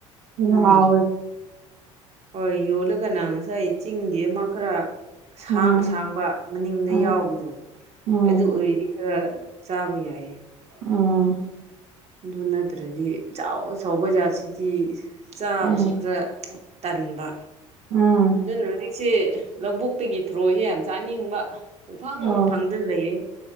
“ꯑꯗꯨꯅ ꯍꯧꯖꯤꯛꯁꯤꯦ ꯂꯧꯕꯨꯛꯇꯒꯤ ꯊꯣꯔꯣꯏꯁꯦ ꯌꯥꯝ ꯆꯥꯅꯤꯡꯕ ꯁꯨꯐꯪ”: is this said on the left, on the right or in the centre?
Right